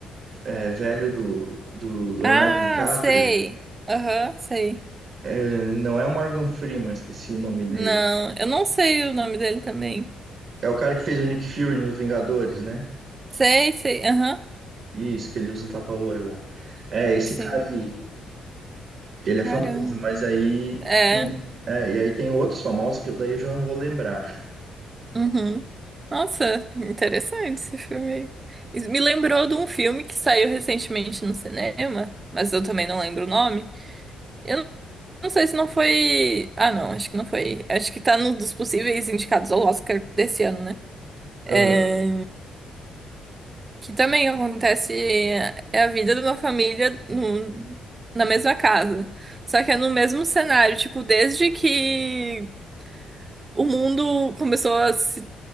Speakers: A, on the right; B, on the right.
A: é, velho do, do Leonardo
B: Ah,
A: DiCaprio.
B: sei. Aham, sei.
A: É, não é o Morgan Freeman, esqueci o nome dele.
B: Não, eu não sei o nome dele também.
A: É o cara que fez o Nick Fury nos Vingadores, né?
B: Sei, sei. Aham.
A: Isso, que ele usa um tapa-olho lá. É, esse
B: Sim.
A: cara aí, ele
B: Caramba.
A: é famoso, mas aí.
B: É.
A: É, e aí tem outros famosos que eu daí eu já não vou lembrar.
B: Uhum. Nossa, interessante esse filme. aí. Isso me lembrou de um filme que saiu recentemente no cinema, mas eu também não lembro o nome. Eu não sei se não foi. Ah, não, acho que não foi. Acho que tá num dos possíveis indicados ao Oscar desse ano, né? É,
A: Aham.
B: Que também acontece. É a vida de uma família no... na mesma casa. Só que é no mesmo cenário, tipo, desde que o mundo começou a se,